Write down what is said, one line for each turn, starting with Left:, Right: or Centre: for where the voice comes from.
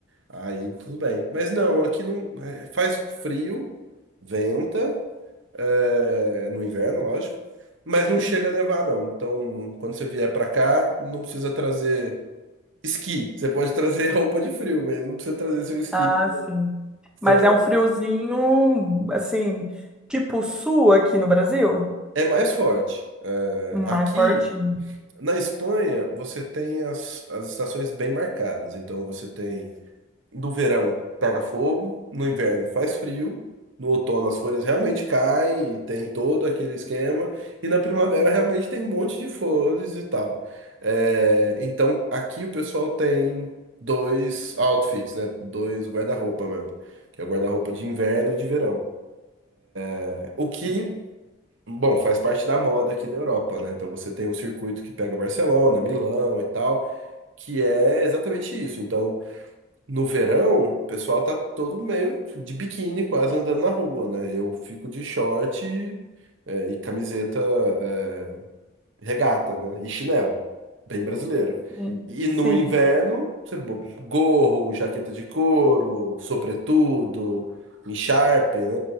Right: aí tudo bem. Mas não, aqui não, é, faz frio, venta, é, no inverno, lógico, mas não
Centre: sim.
Right: chega a nevar, não. Então quando você vier para cá, não precisa trazer esqui. Você pode trazer <laughs> roupa de frio, mas não precisa trazer seu esqui.
Centre: Ah, sim. Mas
Right: Seu...
Centre: é um friozinho, assim, tipo sul aqui no Brasil?
Right: É mais forte. É,
Centre: Mais
Right: aqui.
Centre: fortinho.
Right: Na Espanha, você tem as, as estações bem marcadas. Então, você tem No verão pega fogo, no inverno faz frio, no outono as folhas realmente caem e tem todo aquele esquema, e na primavera realmente tem um monte de flores e tal. É, então aqui o pessoal tem dois outfits, né? Dois guarda-roupa mesmo, que é o guarda-roupa de inverno e de verão. Eh, O que, bom, faz parte da moda aqui da Europa, né? Então você tem um circuito que pega Barcelona, Milão e tal, que é exatamente isso. Então no verão, o pessoal tá todo meio de biquíni, quase andando na rua, né? Eu fico de short, é, e camiseta, é, regata, né? E chinelo. Bem brasileiro.
Centre: Sim.
Right: E
Centre: Sim.
Right: no inverno, você bo- gorro, jaqueta de couro, sobretudo, encharpe, né?